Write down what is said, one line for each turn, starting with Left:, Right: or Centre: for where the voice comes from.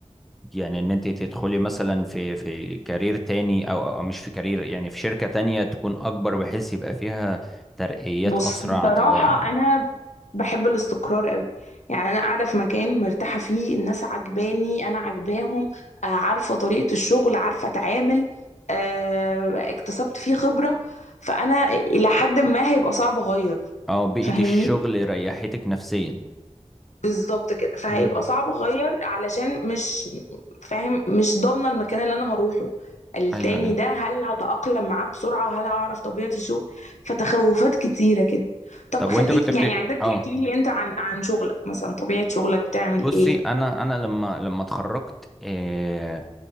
Centre: يعني ان انت تدخلي مثلا في في كارير تاني او او مش في كارير يعني في شركة تانية تكون اكبر بحيث يبقى فيها ترقيات
Left: بص
Centre: اسرع
Left: بصراحة
Centre: تغ...
Left: أنا بحب الاستقرار قوي يعني أنا قاعدة في مكان مرتاحة فيه الناس عجباني أنا عجباهم آه، عارفة طريقة الشغل عارفة أتعامل آه، اكتسبت فيه خبرة فأنا إلى حد ما هيبقى صعب أغير
Centre: اه بيئة
Left: فاهمني
Centre: الشغل ريحتك نفسيا
Left: بالظبط كده فهيبقى
Centre: امم
Left: صعب اغير علشان مش فاهم مش ضامنه المكان اللي انا هروحه التاني
Centre: ايوه ايوه
Left: ده هل هتأقلم معاه بسرعه هل هعرف طبيعة الشغل فتخوفات كتيره كده طب
Centre: طب
Left: خليك
Centre: وانت كنت بت
Left: يعني عايزاك
Centre: اه
Left: تحكي لي انت عن عن شغلك مثلا طبيعة شغلك بتعمل
Centre: بصي
Left: ايه
Centre: انا انا لما لما اتخرجت آه